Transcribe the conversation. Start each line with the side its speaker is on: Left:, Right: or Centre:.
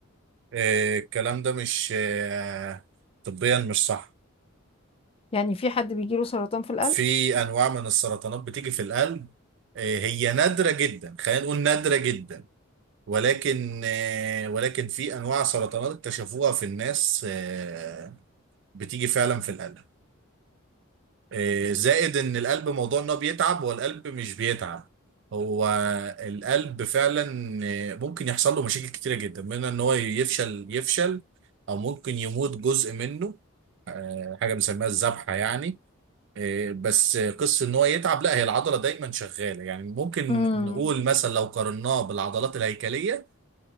Right: آه الكلام ده مش آه طبيا مش صح
Left: يعني في حد بيجيله سرطان في القلب
Right: في انواع من السرطانات بتيجي في القلب آه هي نادره جدا خلينا نقول نادره جدا ولكن آه، ولكن في انواع سرطانات اكتشفوها في الناس آه، بتيجي فعلا في القلب آه، زائد ان القلب موضوع ان هو بيتعب والقلب مش بيتعب هو القلب فعلا آه، ممكن يحصل له مشاكل كتيره جدا منها ان هو يفشل يفشل او ممكن يموت جزء منه آه، حاجه بنسميها الذبحه يعني آه، بس آه، قصه ان هو يتعب لا هي العضله دايما شغاله يعني ممكن
Left: امم
Right: نقول مثلا لو قارناه بالعضلات الهيكليه